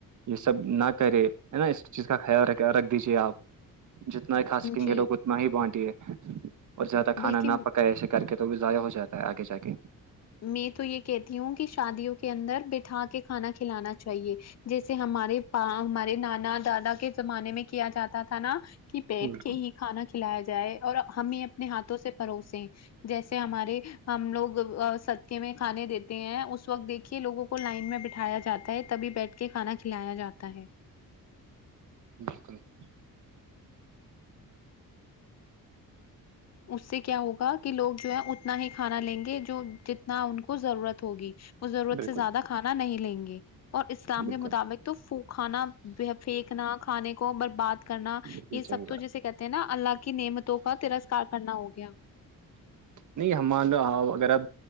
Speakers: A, on the right; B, on the left.
A: یہ سب نہ کرے ہے نا اس چیز کا خیال رکھ رکھ دیجے آپ <unintelligible> جتنا ہی کھا سکیں
B: جی
A: گے لوگ اتنا ہی بانٹیے اور زیادہ کھانا
B: بالکل
A: نہ پکا سک <unintelligible> کر کے تو بھی ضائع ہو جاتا ہے آگے جا کے
B: میں تو یہ کہتی ہوں کہ شادیوں کے اندر بٹھا کے کھانا کھلانا چاہیے جیسے ہمارے پ ہمارے نانا دادا کے زمانے میں کیا جاتا تھا نا کہ بیٹھ
A: بالکل
B: کے ہی کھانا کھلایا جائے اور ہمیں اپنے ہاتھ سے پروسے جیسے ہمارے ہم لوگ <unintelligible> سدکے میں کھانے دیتے ہیں اس وقت دیکھیے لووں کو لائن میں بٹھایا جاتا ہے تبھی بیٹھ کے کے کھانا کھلایا جاتا ہے
A: بالکل <unintelligible>
B: اس سے کیا ہوگا کہ لوگ جو ہے اتنا ہی کھانا لیں گے جو جتنا ان کو ضرورت ہوگی اس ضرورت
A: بالکل
B: سے زیادہ کھانا نہیں لیں گے اور اسلام
A: بالکل
B: کے مطابق تو کھانا پھینکنا کھانے کو برباد کرنا
A: بالکل
B: یہ
A: صحیح
B: سب
A: بات
B: تو جیسے کہتے ہیں نا اللہ کی نعمتوں کا ترسکار کرنا ہو گیا
A: نہیں ہمان لو اگر آپ